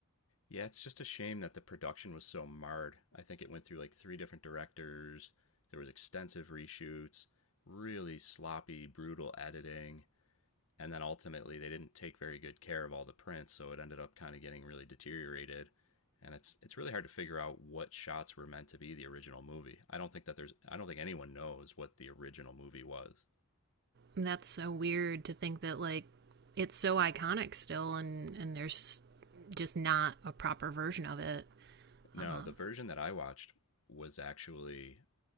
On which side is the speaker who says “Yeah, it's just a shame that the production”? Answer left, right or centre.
Left